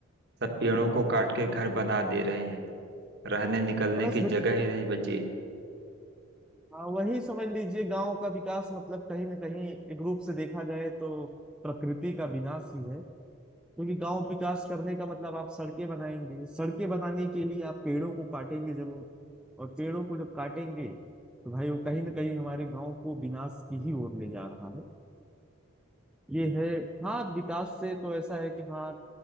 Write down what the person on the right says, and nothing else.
सब पेड़ों को काट के घर बना दे रहे हैं रहने निकलने
की जगह ही नहीं बची